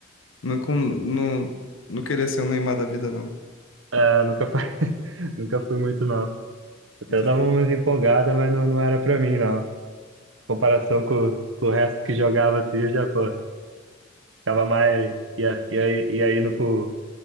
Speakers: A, on the left; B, on the right.
A: Não, com- não, não queria ser um Neymar da vida, não.
B: Ah, nunca fui, <laughs> nunca fui muito, não. Até
A: <laughs>
B: dava umas empolgadas, mas não, não era pra mim, não. Em comparação com, com o resto que jogava assim, eu já, pô, ficava mais. ia, ia, ia indo pro,